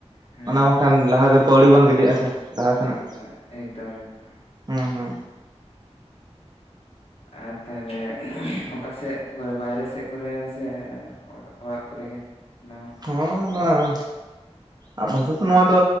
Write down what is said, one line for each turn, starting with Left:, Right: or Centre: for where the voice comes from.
Left: ᱦᱮᱸ᱾
Right: <unintelligible> ᱵᱟᱝᱠᱷᱟᱱ ᱞᱟᱦᱟ ᱥᱮᱫ ᱯᱟᱹᱣᱲᱤ ᱵᱟᱝ ᱜᱤᱰᱤᱜ-ᱟ ᱥᱮ᱾ ᱞᱟᱦᱟ ᱥᱮᱱᱟᱜ
Left: ᱮᱠᱫᱚᱢ ᱮᱠᱫᱚᱢ ᱮᱠᱫᱚᱢ᱾
Right: ᱦᱩᱸ ᱦᱩᱸ
Left: ᱟᱨ ᱛᱟᱦᱚᱞᱮ ᱚᱠᱟ ᱥᱮᱜ ᱠᱚᱨᱮ ᱵᱟᱭᱨᱮ ᱥᱮᱜ ᱠᱚᱨᱮ ᱥᱮ ᱟᱲᱟᱜ ᱚᱲᱟᱜ ᱠᱚᱨᱮ ᱜᱮ ᱦᱮᱱᱟᱢᱟ?
Right: ᱦᱚᱸ ᱱᱚᱣᱟ, ᱟᱯᱟᱛᱚᱛᱚ ᱱᱚᱣᱟ ᱫᱚ